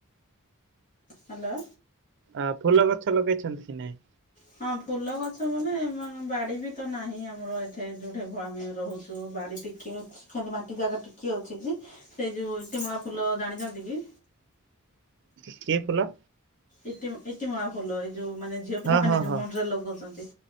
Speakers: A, on the left (about 35°); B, on the right (about 55°).
A: ହ୍ୟାଲୋ।
B: ଆ ଫୁଲ ଗଛ ଲଗେଇଛନ୍ତି କି ନହିଁ।
A: ହଁ ଫୁଲ ଗଛ ବୋଲେ ମାନେ ବାଡି ବି ତ ନାହିଁ ଆମର ଏଠେ ଯେଉଁଠି ଆମେ ରହୁଛୁ ବାଡ଼ି ଟିକେ ଅଛି। ସେତି ମାଟି ଜାଗା ଟିକିଏ ଅଛି କି ସେଇ ଯୋଉ ଟିମଣା ଫୁଲ ଜାଣିଛନ୍ତି କି?
B: କିଏ ଫୁଲ।
A: ଇ ଇ ଟିମଣା ଫୁଲ ଏଇ ଯୋଉ ମାନେ ଝିଅ ପିଲାମାନେ
B: ହଁ ହଁ
A: ଯୋଉ
B: ହଁ
A: ମୁଣ୍ଡରେ ଲଗୋଉ ଛନ୍ତି